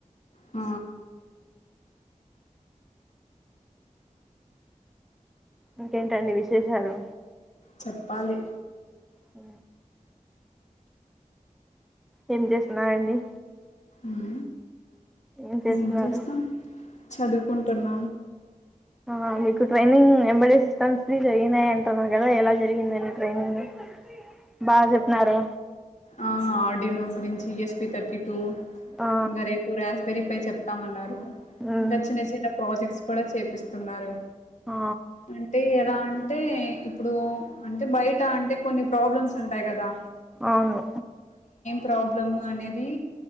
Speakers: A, on the left; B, in the centre.
A: ఉ
B: ఇంకేంటండి విశేషాలు
A: చెప్పాలి
B: ఆ ఏం చేస్తున్నారండి
A: ఉ
B: ఏం చేస్తున్నారు
A: ఎం చేస్తాం చదువుకున్ టున్న
B: ఆ మీకు ట్రైనింగ్ ఎంబల్ ఇస్తా సిస్టమ్స్ జరిగినాయి అంటున్నారు కదా ఎలా జరిగిందండి ట్రైనింగ్ బాగా చెప్పినారు
A: ఆ ఆడినో గురించి స్పి థర్టీ టూ
B: ఆ
A: ఇంగా రేపు యాస్బెరీ పై చెప్ తమన్నారు
B: మ్మ్
A: ఇంకా చిన్న చిన్న ప్రాజెక్ట్స్ కూడా చేపిస్తున్నారు
B: ఆ
A: అంటే ఎలా అన్ అంటే ఇప్పుడు అంటే బయట అంటే కొన్ని ప్రాబ్లమ్స్ ఉంటాయి గదా
B: అవును
A: ప్రాబ్లము అనేది